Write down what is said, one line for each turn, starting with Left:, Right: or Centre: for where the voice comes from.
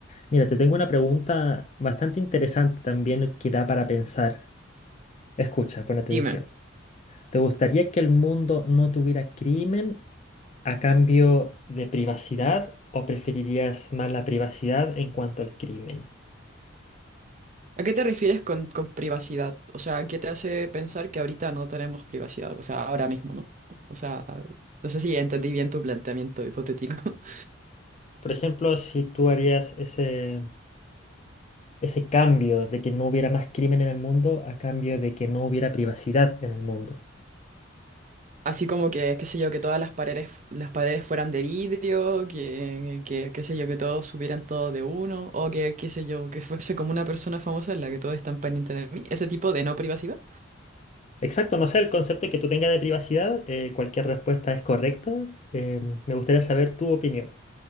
Left: Mira, te tengo una pregunta bastante interesante también que da para pensar. Escucha, pon atención.
Right: Dime.
Left: ¿Te gustaría que el mundo no tuviera crimen a cambio de privacidad o preferirías más la privacidad en cuanto al crimen?
Right: ¿A qué te refieres con, con privacidad? O sea, ¿qué te hace pensar que ahorita no tenemos privacidad? O sea, ahora mismo, ¿no? O sea, no sé si entendí bien tu planteamiento hipotético. <laughs>
Left: Por ejemplo, si tú harías ese... ese cambio de que no hubiera más crimen en el mundo a cambio de que no hubiera privacidad en el mundo.
Right: Así como que, qué sé yo, que todas las paredes, las paredes fueran de vidrio, que, que, qué sé yo, que todos subieran todo de uno, o que, qué sé yo, que fuese como una persona famosa en la que todos están pendientes de mí. Ese tipo de no privacidad.
Left: Exacto, no sé, el concepto que tú tengas de privacidad, eh, cualquier respuesta es correcta. Eh, me gustaría saber tu opinión.